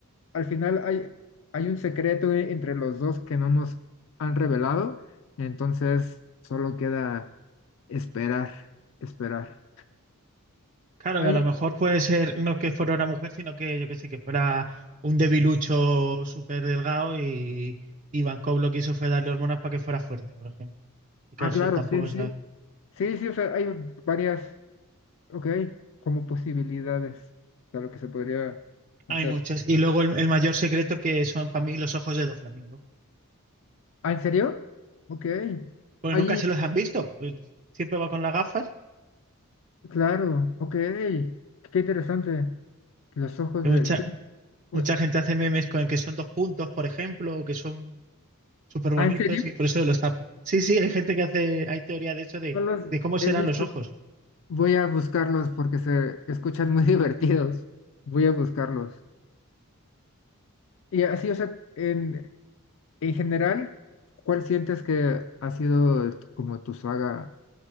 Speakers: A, on the left; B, on the right.
A: Al final hay, hay un secreto e- entre los dos que no nos han revelado, entonces solo queda esperar, esperar.
B: Claro,
A: Hay,
B: que a lo mejor puede ser no que fuera una mujer, sino que yo qué sé, que fuera un debilucho súper delgado y, y Van Gogh lo que hizo fue darle hormonas para que fuera fuerte, por ejemplo. Y
A: ah,
B: claro, eso
A: claro,
B: tampoco
A: sí, sí,
B: sabe.
A: sí, sí, o sea, hay varias, ok, como posibilidades de lo que se podría hacer.
B: Hay muchas. Y luego el, el mayor secreto que son para mí los ojos de dos Doflamingo.
A: ¿Ah, en serio? Ok.
B: Porque
A: Allí
B: nunca se los han visto. Pues Siempre va con las gafas.
A: Claro, ok, qué interesante. Los ojos
B: Y
A: de...
B: mucha,
A: Sí. u-
B: mucha gente hace memes con el que son dos puntos, por ejemplo, o que son súper bonitos
A: Ah, ¿en serio?
B: y por eso los tapa. Sí, sí, hay gente que hace, hay teoría de eso de,
A: No los
B: de cómo serán
A: he visto.
B: los ojos.
A: Voy a buscarlos porque se escuchan muy <laughs> divertidos. Voy a buscarlos. Y así, o sea, en, en general, ¿cuál sientes que ha sido t- como tu saga